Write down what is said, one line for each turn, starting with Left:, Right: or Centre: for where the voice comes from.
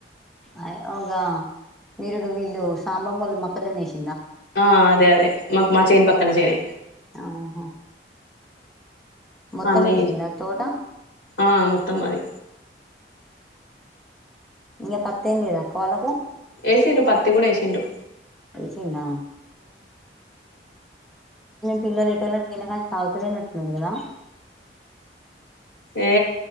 Centre: అ ఇగా నిరుడు వీళ్ళు సాంబమ్మోలు మొక్కజొన్నేసి
Left: ఆ అదే అదే మాకు మా చేన్ పక్కన చేనె
Centre: ఆహా మొత్తం
Left: అన్నీ
Centre: వేసిండా తోట
Left: ఆ మొత్తం అదె
Centre: ఇక పత్తెం లేదా అక్కవాళ్ళకు
Left: ఎసిండ్రు పత్తి కూడా ఏసిండ్రు
Centre: తిన్నా పిలుకొంచెం పిలటలేదెహె తావుతలేనట్టున్నాడు కదా
Left: ఏ